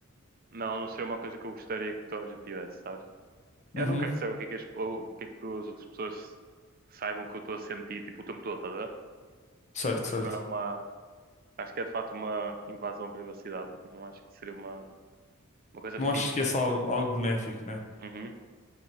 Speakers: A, on the right (about 45°); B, on the left (about 35°).
A: Não, não seria uma coisa que eu gostaria que toda a gente tivesse, sabes? Eu
B: Uhum.
A: não quero saber o que é que as, o que é que as outras pessoas saibam que eu estou a sentir, tipo, o tempo todo, estás a ver?
B: Certo,
A: Acho
B: certo.
A: que não é uma. Acho que é de facto uma invasão à privacidade. Não acho que seria uma, uma coisa
B: Não
A: fixe.
B: acho que esse é algo, algo benéfico, né?
A: Uhum.